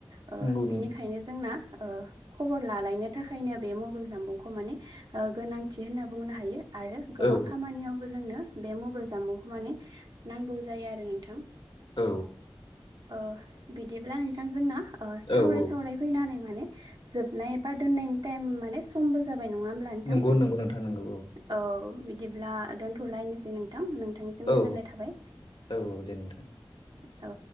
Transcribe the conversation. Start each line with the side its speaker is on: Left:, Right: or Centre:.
Right: बिनिखायनो
Left: नंगौ नंगौ
Right: जोंना खबर लालायनो थाखायनो बे मबाइल जाम बुंखौ माने गोनांथि होनना बुंनो हायो। आरो गोबां
Left: औ
Right: खामानियावबो जोंनो बे मबाइल जामुंखौ माने नांगौ जायो आरो नोंथां।
Left: औ ओ
Right: अ बिदिब्ला थां जोंना सावराय
Left: औ औ
Right: सावराय फैनानै माने जोब नाय एबा दोननायनि टाइम माने समबो जाबाय नङा होमब्ला नोंथां
Left: नंगौ नंगौ नोंथां नंगौ
Right: औ। बिदिब्ला दोनथलायनोसै नोंथां नोंथांनिसिम
Left: औ
Right: गोजोननाय थाबाय।
Left: औ औ दे नोंथां
Right: औ।